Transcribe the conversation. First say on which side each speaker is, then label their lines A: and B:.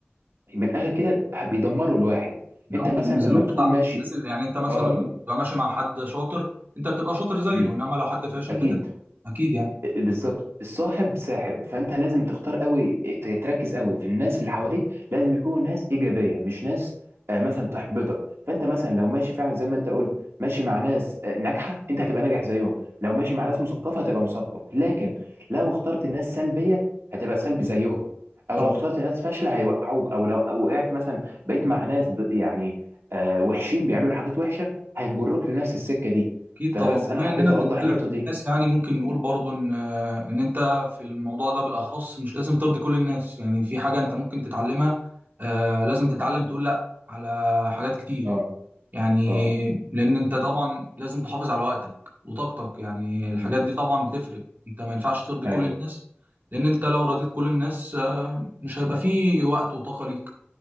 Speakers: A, on the right (about 85°); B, on the right (about 50°).
A: من الاخر كده بيدمروا الواحد انت
B: او
A: مثلا
B: بينزلوك
A: لما بتكون
B: لتحت
A: ماشي
B: الناس اللي يعني انت مثلا
A: اه
B: بتبقى ماشي مع حد شاطر انت بتبقى شاطر زيه
A: امم
B: انما لو حد فاشل
A: اكيد
B: بتبقى اكيد يعني
A: بالظبط الصاحب ساحب فانت لازم تختار قوي ت- تركز قوي في الناس اللي حواليك لازم يكونوا ناس ايجابيه مش ناس آه، مثلا تحبطك فانت مثلا لو ماشي فعلا زي ما انت قلت ماشي مع ناس آه، ناجحه انت هتبقى ناجح زيهم لو ماشي مع ناس مثقفه هتبقى مثقف لكن لو اخترت ناس سلبيه هتبقى سلبي زيهم او
B: طبعا
A: لو اخترت ناس فاشله هيوقعوك او لو أو وقعت مثلا بقيت مع ناس ب- يعني آه، وحشين بيعملوا حاجات وحشه هيجروك لنفس السكه دي
B: اكيد
A: فبس
B: طبعا بما
A: انا حبيت
B: اننا
A: اوضح
B: بنتكلم
A: النقطه
B: عن
A: دي
B: الناس يعني ممكن نقول برضو ان ان انت في الموضوع ده بالاخص مش لازم ترضي كل الناس يعني في حاجه انت ممكن تتعلمها آه لازم تتعلم تقول لا على حاجات كتير
A: اه
B: يعني
A: اه
B: لان انت طبعا لازم تحافظ على وقتك وطاقتك يعني الحاجات
A: مم.
B: دي طبعا بتفرق انت ما ينفعش ترضي
A: ايوه
B: كل الناس لان انت لو رضيت كل الناس آه، مش هيبقى فيه وقت وطاقة ليك